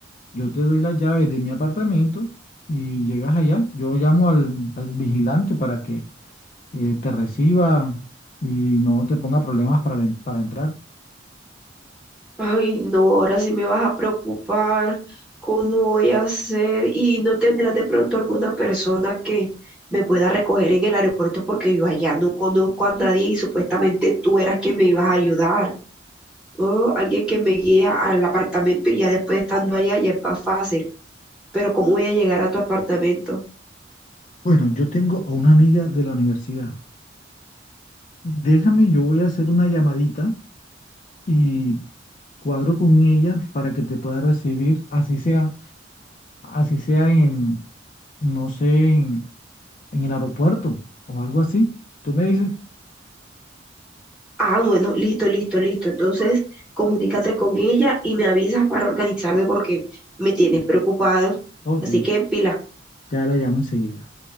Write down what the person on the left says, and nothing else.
yo te doy la llave de mi apartamento y llegas allá. Yo llamo al, al vigilante para que eh, te reciba y no te ponga problemas para, en- para entrar.
Bueno, yo tengo a una amiga de la universidad. Déjame, yo voy a hacer una llamadita y cuadro con ella para que te pueda recibir, así sea, así sea en, no sé, en, en el aeropuerto o algo así. ¿Tú me dices?
Ok.
Ya la llamo enseguida.